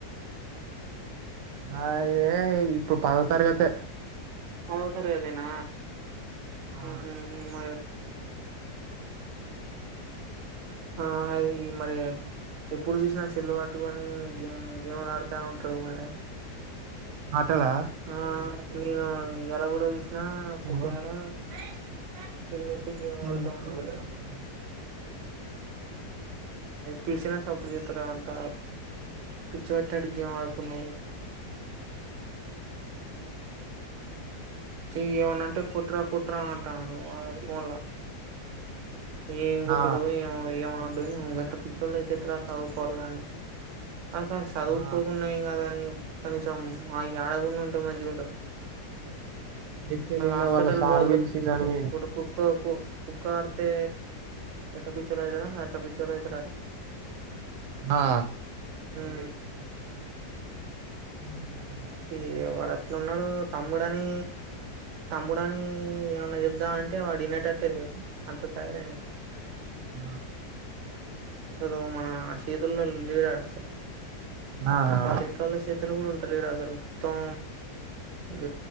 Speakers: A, on the right; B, on the right.
A: నా ఏ ఇప్పు పదో తరగతే
B: అవు సరి అదేనా
A: ఆ
B: ఉహు మ ఆ అది మరి ఎప్పుడు చూసినా సెల్ పట్టుకొని గే గేమ్లు ఆడుతా ఉంటాడు మరి
A: అతలా
B: ఆ నేను ఇయాల కూడా నా అప్పు
A: ఇప్పుడు
B: చాలటి గేమ్
A: నువ్వు
B: ఆడుతామ
A: ఇప్పుడు
B: వాళ్ళు
A: కూడా ఆడతాను
B: పిలిసిన సప్పుడు చేతార అంట పిచ్చు పచ్చనాటు గేమ్ ఆడుతున్న ఇవి ఏమన్నా అంటే కుట్రా కుట్రా అంటాను ఫోన్ లా ఏం కొట్టుడో
A: ఆ
B: ఇ ఏమో ఉ పితే ఎట్రా ఓ పోరగాని అక్క చదువుకోకున్నా
A: ఆ
B: ఏం కాదు కానీ కనీసం ఆ ఆడకుండా ఉంటే మంచిగా ఉంటారు
A: అయితే నిన్న
B: హస్పిటల్
A: వాళ్ళ సార్
B: బల్
A: పిలిచిండని
B: చె
A: పోయిన
B: కుక్క కుక్క కార్తే ఎట్ట పిచోళ్లు అట పిచోళ్లు అరా ఆట
A: ఆ
B: ఉ
A: ఉ
B: ఈ వాడు అట్లు ఉన్నాడు తమ్ముడు అని తమ్ముడు అని ఏమన్నా చెబదాం అంటే వాడు వినేటట్టే లేడు అంత తయారయిండు
A: ఆ
B: అసలు మన చేతుల్లో లేడాడు అసలు
A: ఆహా
B: వాళ్ళ ఇంట్లో వాళ్ళ సేతులు కూడా ఉంటలేడు అసలు మొత్తం గ